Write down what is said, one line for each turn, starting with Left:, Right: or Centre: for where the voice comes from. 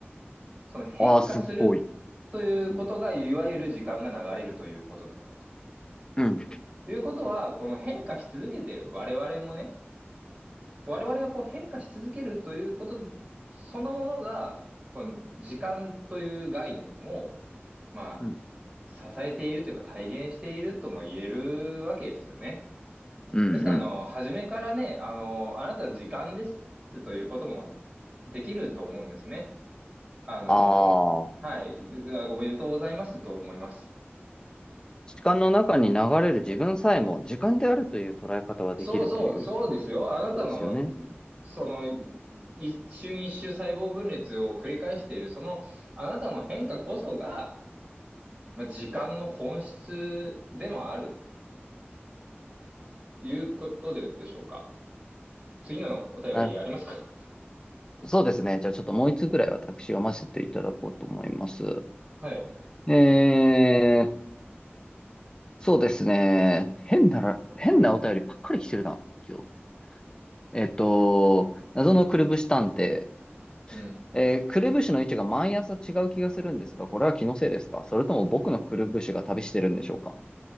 Right: その変化する
Left: ああ、すっごい。
Right: ということが、
Left: うん、
Right: いわゆる時間が流れるということなのだと。
Left: うん、
Right: いうことは、この変化し続けている我々もね、我々がこう変化し続けるということそのものが、この時間という概念を、まあ、
Left: うん、
Right: 支えているというか体現しているとも言えるわけですよね。
Left: うん。
Right: ですから、
Left: うん
Right: あの、初めからね、あの、あなたの時間ですということもできると思うんですね。あの、
Left: ああ、
Right: はい、あおめでとうございますと思います。
Left: 時間の中に流れる自分さえも時間であるという捉え方はできるという
Right: そうそう、そうですよ。あなたの、
Left: ことですよね。
Right: いその、い一瞬一瞬細胞分裂を繰り返している、その、あなたの変化こそが、まあ、時間の本質でもある、いうことで、でしょうか。次のお便りありますか
Left: あ、そうですね。じゃあちょっともう一つぐらい私読ませていただこうと思います。
Right: <laughs> はい。
Left: えー、そうですね。変なら、変なお便りばっかり来てるな、今日。えっと、
Right: うん。
Left: 謎のくるぶし探偵。
Right: うん。
Left: えー、くるぶしの位置が毎朝違う気がするんですが、これは気のせいですかそれとも僕のくるぶしが旅してるんでしょうか